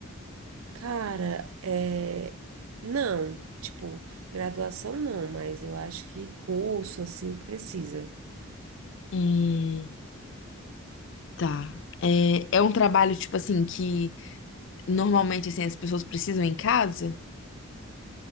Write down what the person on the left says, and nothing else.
Hum, tá. É, é um trabalho, tipo assim, que normalmente assim, as pessoas precisam em casa?